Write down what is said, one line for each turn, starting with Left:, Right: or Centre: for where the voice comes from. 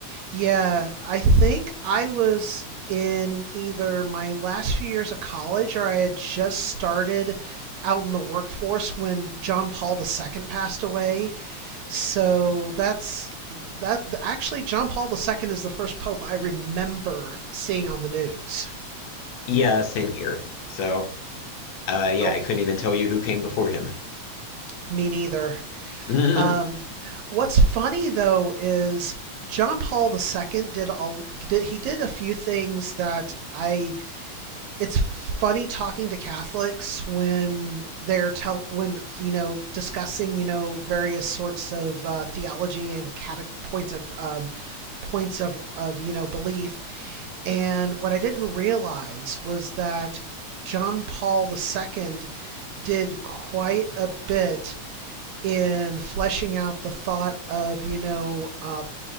Right: yeah, I think I was in either my last few years of college or I had just started out in the workforce when John Paul II passed away. So that's that actually John Paul II is the first pope I remember seeing on the news.
Left: Yeah, same here. So Uh, yeah,
Right: Oh,
Left: I couldn't even tell you who came before him. <laughs>
Right: me neither.
Left: Mm,
Right: Um, what's funny though is John Paul II did a did, he did a few things that I it's funny talking to Catholics when they're tell when you know discussing you know various sorts of uh, theology and cate- points of um, points of of you know belief and what I didn't realize was that John Paul II did quite a bit in fleshing out the thought of, you know, uh,